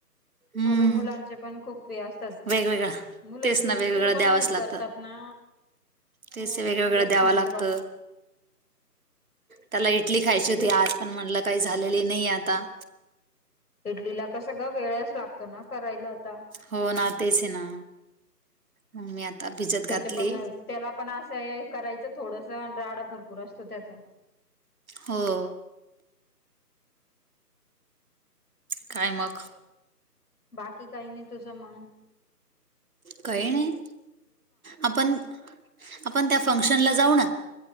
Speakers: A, on the right (about 60°); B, on the left (about 65°).
A: हम्म
B: हो बाई मुलांचे पण खूप हे असतात.
A: वेगवेगळा
B: मुलं
A: तेच
B: किर
A: ना वेगवेगळं
B: किरपण
A: द्यावंच
B: खूप
A: लागतं
B: करतात ना.
A: तेच
B: हो
A: वेगवेगळं
B: मुलं
A: द्यावं
B: खाण्याच्या
A: लागतं
B: बाबतीत
A: त्याला इडली खायची होती,
B: किर
A: आज पण म्हणलं काही झालेली नाही आता
B: इडलीला कसं गं वेळच लागतो ना करायला आता
A: हो ना तेच आहे ना अ मी आता भिजत
B: त्याचे
A: घातले.
B: पण त्याला पण असं हे करायचं थोडसं राडा भरपूर असतो त्याचा.
A: हो. काय मग.
B: बाकी काही नाही तुझं मंग.
A: काही नाही आपण आपण त्या फंक्शनला जाऊ ना.